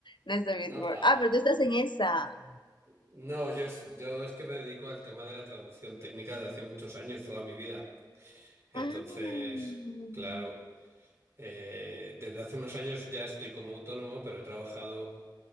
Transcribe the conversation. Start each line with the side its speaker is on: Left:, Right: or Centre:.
Left: no es de Billboard.
Right: ¿no? Ah.
Left: Ah, pero tú estás en esa.
Right: No, yo, es- yo es que me dedico al tema de la traducción técnica de hace muchos años, toda mi vida. Entonces,
Left: Ah.
Right: claro, eh, desde hace unos años ya estoy como autónomo, pero he trabajado